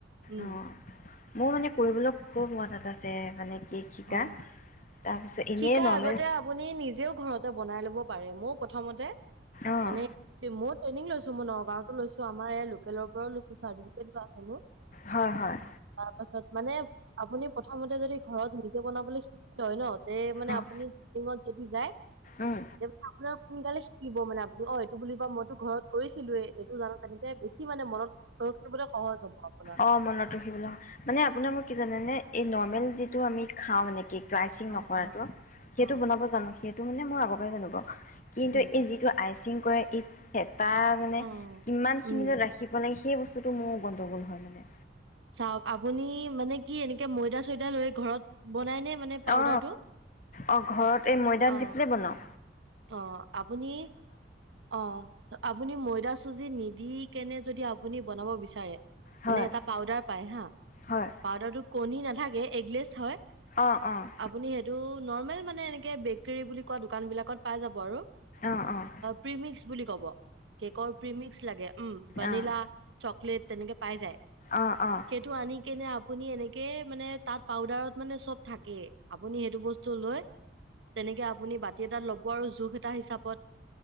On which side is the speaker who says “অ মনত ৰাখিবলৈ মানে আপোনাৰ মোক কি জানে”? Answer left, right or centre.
Left